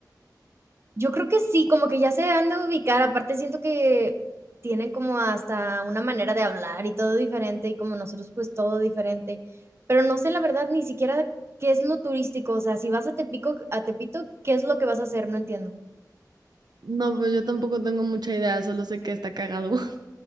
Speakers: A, on the right; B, on the right.
A: Yo creo que sí, como que ya se han de ubicar, aparte siento que tienen como hasta una manera de hablar y todo diferente, y como nosotros, pues todo diferente. Pero no sé la verdad ni siquiera qué es lo turístico, o sea, si vas a Tepico a Tepito, ¿qué es lo que vas a hacer? No entiendo.
B: No, pues yo tampoco tengo mucha idea, solo sé que está cagado. <laughs>